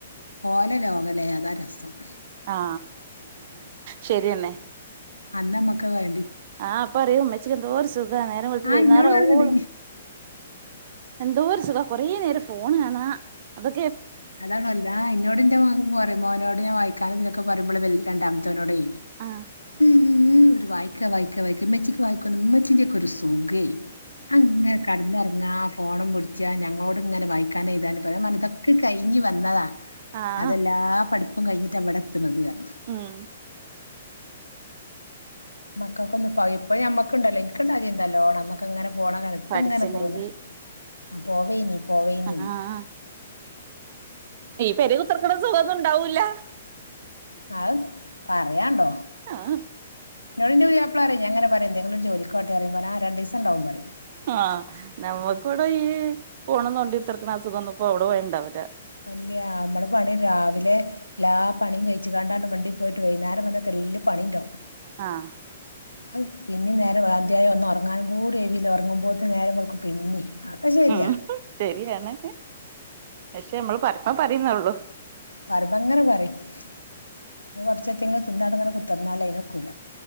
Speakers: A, on the left; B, on the right.
A: പോലെ ലോകല്ലേ അതാ രസം.
B: ആ ശരിയണെ
A: അന്ന്മ്മക്ക് വെ
B: ആ പറയൂ മെ ച്ച്എന്തൊരു സു താ നേരം വെൾത്ത്
A: ആഹ്
B: വൈനാരാവോളും
A: ഇന്നോട് പറയ്ണ്ട്
B: എന്തോരു സുഗാ കൊറെേ നേരം ഫോണ് കാണാ അതൊ
A: അതാണ് ഒൽത് ആ ഇന്നോട് ഇന്റെ മൊ മോനോട് ഞ വായിക്കാനും ഇതിനൊക്കെ പറിമ്പള് രണ്ടാമ്തോന്നോടെ
B: ആ
A: ഈ ഒരു വയ്ക്ക വയ്ക്ക വായ്ക്ക മെചിക്ക് വായ്കൊന്നും മെച്ചി്ന്റക്കെ ഒരു സുഖേ അങ്ങ കട്നൊർങ്ങാ ഫോണുംപുട് ച്ചാ ഞങ്ങളോട് ഇങ്ങനെ വായിക്കാനും എഴുതാനും പറിം ഞാൻ പറഞ്ഞ് ഇതൊക്കെ കഴിഞ്ഞു വന്നതാ
B: ആഹ്
A: അതെല്ലാ പഠിപ്പും കഴിഞ്ഞ് ട്ടാ ഇവടെ ത്തുണത് ർഞ്ഞ്
B: ഉം
A: മക്കൊക്കൊന്ന് <unintelligible> ഇപ്പ ഞമ്മക്കുണ്ടല്ലോ ഇൻക്ക്ണ്ടാ ചിന്താ നല്ലോണം അന്നൊക്കെങ്ങന പോണതാണ് ഇപ്പം
B: പഠിച്ചിണെങ്കി
A: ഇങ്ങനെ തോന്ന അ പോവേനി പോവേനീന്ന്
B: ആഹ് ഈ പെരേ കുത്ത്റക്ക്ണ സുഖൊന്നും ഇണ്ടാവൂല്ല
A: അത് പറയാണ്ടോ
B: ആഹ്
A: ഇന്നോടിന്റെ പുത്യാപ്പളറിം ഞാങ്ങനെ പറിം എന്തെങ്കിലൊരു ജോലിക്കോട്ടെറി മ്പം പറിം ആ രണ്ടീസം ഉണ്ടാവും പറയും
B: ആഹ് നമ്മുക്ക് ഇവിടെ ഈ പോണും തോണ്ടി കുത്രക്ക്ണ ആ സുഖം ഒന്നുംപ്പോ അവിടെ പോയാ ഉണ്ടാവൂല
A: അ ല്ല്യാ മ്മള് പണി രാവിലെ എല്ലാ പണിയും കഴിച്ചു കാണ്ടാണ്ട് മണ്ടി പോയിട്ട് വൈന്നാരം വന്ന് തെല്ല് പണി ഇണ്ടാവും
B: ആഹ്
A: അഹ് പിന്നിം നേരം അന്ത്യായ ഒന്നും ഉറങ്ങാനും കൂടി ഒഴിവില്ല ഉറങ്ങുമ്പോത്ത് നേരം വേൾക്കും പിന്നിം അതൊക്കെ ശരിയാ
B: ഉം ശരിയാണ് ക്ഷെ നമ്മള് പറി <unintelligible> പറിന്നൊള്ളൂ
A: പറയുമ്പങ്ങനെ പറയും <inaudible> കുറച്ച എത്തെങ്കിലും തിന്നാണ്ട്ങ്ങനെ കുത്തർന്നാലെ അതിനൊക്കൂല